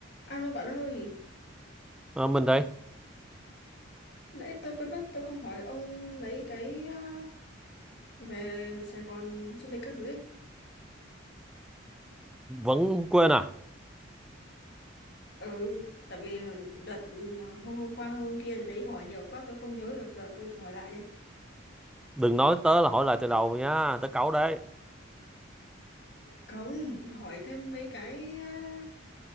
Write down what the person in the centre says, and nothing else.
Ờ, mình đây
vẫn quên à
đừng nói tớ là hỏi lại từ đầu nha tớ cáu đấy